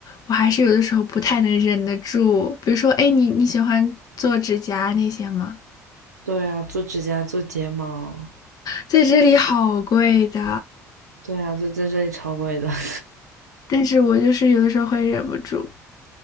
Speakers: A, on the left (about 45°); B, on the right (about 85°).
A: 我还是有的时候不太能忍得住，比如说，哎，你你喜欢做指甲那些吗？
B: 对啊，做指甲、做睫毛，
A: 在这里好贵的，
B: 对啊，就在这里超贵的。<laughs>
A: 但是我就是有的时候会忍不住，